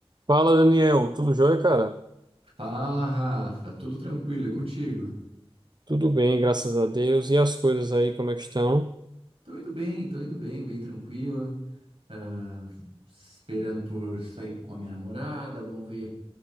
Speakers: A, on the right; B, on the right.
A: Fala, Daniel. Tudo jóia, cara?
B: Fala, Rafa, tudo tranquilo e contigo?
A: Tudo bem, graças a Deus. E as coisas aí, como é que estão?
B: Tô indo bem, tô indo bem, bem tranquilo. Ah, esperando por sair com a minha namorada, vamos ver